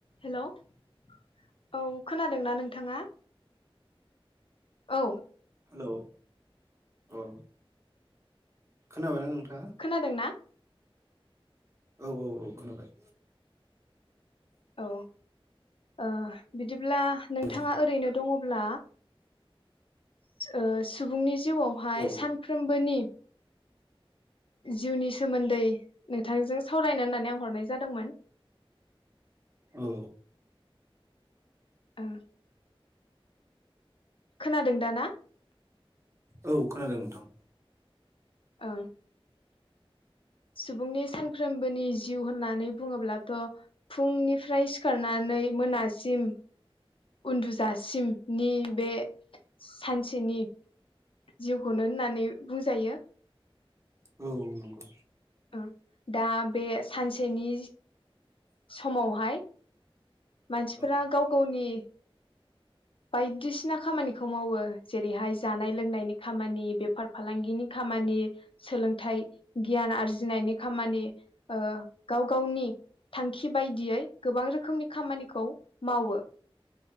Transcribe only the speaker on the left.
हेल' औ खोनादोंना नोंथाङा औ
खोनादोंना
औ ओ बिदिब्ला नोंथाङा
ओरैनो दङ'ब्ला ओ सुबुंनि जिउआवहाय
सानफ्रोमबोनि जिउनि सोमोन्दै नोंथांजों सावरायनो होननानै आं हरनाय जादोंमोन।
ओ खोनादों दा ना
ओं सुबुंनि सानफ्रोमबोनि जिउ होननानै बुङोब्लाथ' फुंनिफ्राय सिखारना नै मोनासिम उन्दुजा सिम नि बे सानसेनि जिउखौनो होननानै बुंजायो
ओ दा बे सानसेनि समावहाय मानसिफोरा
गाव गावनि बायदिसिना खामानिखौ मावो जेरैहाय जानाय लोंनायनि खामानि बेफार फालांगिनि खा मानि सोलों थाय गियान आरजिनायनि खामानि ओ गाव गावनि थांखि बायदियै गोबां रोखोमनि खामानिखौ मावो ।